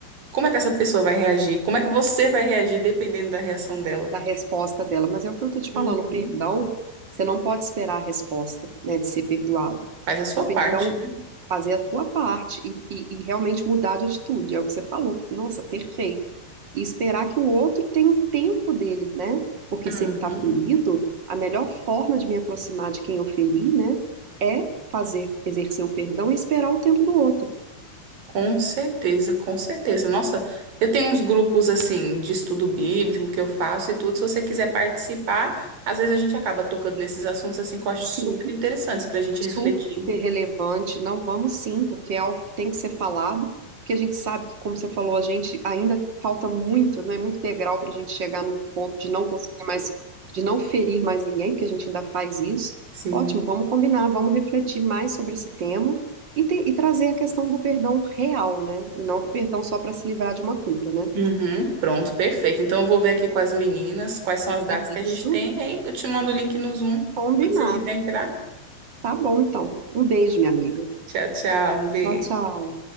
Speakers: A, on the right (about 55°); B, on the right (about 35°).
A: Como é que essa pessoa vai reagir? Como é que você vai reagir dependendo da reação dela?
B: da resposta dela, mas é o que eu tô te falando,
A: Uhum.
B: o perdão, você não pode esperar a resposta, né, de ser perdoado.
A: Faz a sua
B: O perdão
A: parte, né?
B: fazer a tua parte e, e, e realmente mudar de atitude, é o que você falou. Nossa, perfeito. E esperar que o outro tenha o tempo dele, né? Porque
A: Uhum.
B: se ele tá ferido, a melhor forma de me aproximar de quem eu feri, né, é fazer, exercer o perdão e esperar o tempo do outro.
A: Com certeza, com certeza. Nossa, eu tenho uns grupos assim de estudo bíblico que eu faço e tudo. Se você quiser participar, às vezes a gente acaba tocando nesses assuntos assim que eu acho
B: Sim.
A: super interessantes para a gente
B: super
A: refletir.
B: relevante. Não vamos sim, porque é algo que tem que ser falado, porque a gente sabe que, como você falou, a gente ainda falta muito, não é muito degrau para a gente chegar num ponto de não conseguir mais, de não ferir mais ninguém, porque a gente ainda faz isso.
A: Sim.
B: Ótimo, vamos combinar, vamos refletir mais sobre esse tema e, te- e trazer a questão do perdão real, né? E não do perdão só para se livrar de uma culpa, né?
A: Uhum, pronto, perfeito. Então eu vou ver aqui com as meninas quais são as datas
B: Isso.
A: que a gente tem. E aí eu te mando o link no Zoom,
B: Combinado.
A: quando você quiser entrar.
B: Tá bom, então. Um beijo, minha amiga.
A: Tchau, tchau. Um beijo.
B: Tchau, tchau.